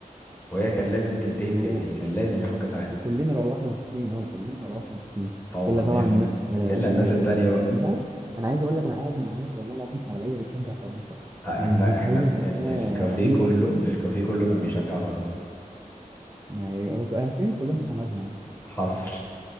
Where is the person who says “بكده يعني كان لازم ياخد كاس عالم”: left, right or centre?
Left